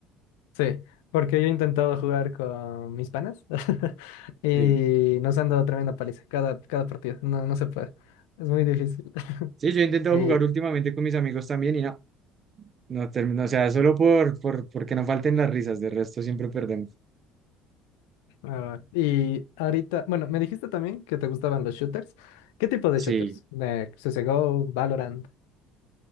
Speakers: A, on the left; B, on the right.
A: Sí, porque yo he intentado jugar con mis panas <laughs> y
B: Sí.
A: nos han dado tremenda paliza cada, cada partido. No, no se puede. Es muy difícil.
B: Sí, yo he intentado
A: <laughs>
B: jugar últimamente con mis amigos también y nada. No termino, o sea, solo por, por, porque no falten las risas, de resto siempre perdemos.
A: Ah, y ahorita, bueno, me dijiste también que te gustaban los shooters. ¿Qué tipo de
B: Sí.
A: shooters? De CSGO, Valorant,